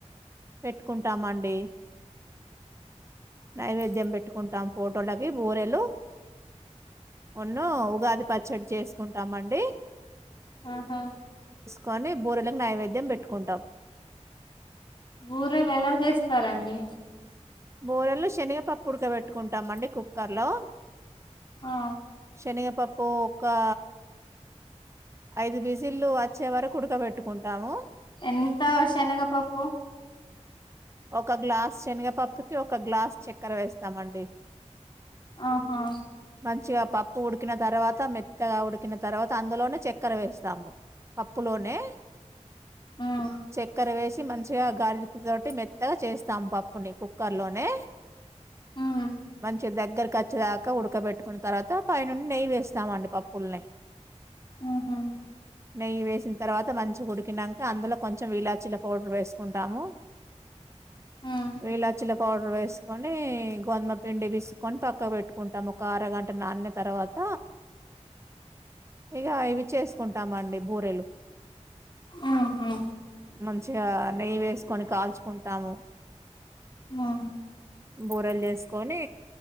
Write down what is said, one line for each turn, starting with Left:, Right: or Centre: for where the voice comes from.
Right: పెట్టుకుంటామండి నైవేద్యం పెట్టుకుంటాం ఫోటోలకి బూరెలు ఉన్ను ఉగాది పచ్చడి చేసుకుంటామండి
Left: ఆహా
Right: కొని బూరెలకు నైవేద్యం పెట్టుకుంటాం
Left: బూరెలు ఎలా చేస్తారండి
Right: బూరెలు శనగపప్పు ఉుడకబెట్టుకుంటామండి కుక్కర్లో
Left: ఆ
Right: శనగపప్పు ఒకా ఐదు విజిల్లు అచ్చే వరకు ఉడకబెట్టుకుంటాము
Left: ఎంత అ శనగపప్పు
Right: ఒక గ్లాస్ శనగపప్పుకి ఒక గ్లాస్ చెక్కెర వేస్తామండి
Left: ఆహా
Right: మంచిగా పప్పు ఉడికిన తర్వాత మెత్తగా ఉడికిన తర్వాత అందులోనే చెక్కెర వేస్తాము పప్పులోనే
Left: ఉమ్
Right: చెక్కెర వేసి మంచిగా గారిటత తోటి మెత్తగా చేస్తాం పప్పుని కు క్కర్ లోనే
Left: ఉమ్
Right: మంచిగ దగ్గరకిచ్చె దాకా ఉడకబెట్టుకున్న తర్వాత పై నుండి నెయ్య వేస్తామండి పప్పుల్నే
Left: ఉహు
Right: నెయ్యి వేసిన తర్వాత మంచిగ ఉడికినంక అందులో కొంచెం వీలాచిల పౌడర్ వేసుకుంటాము
Left: ఉమ్
Right: విలాచిల పౌడర్ వేసుకొనీ గోధమ పిండి పిస్సుక్కొని ప క్క పెట్టుకుంటాం ఒక అరగంట నానినా తర్వాత ఇగ ఇవి చేసుకుంటామండి బూరెలు
Left: ఆహ్ హా
Right: మంచిగా నెయ్యి వేసుకొని కాల్చుకుంటాము
Left: మా
Right: బూరెలు చేసుకొని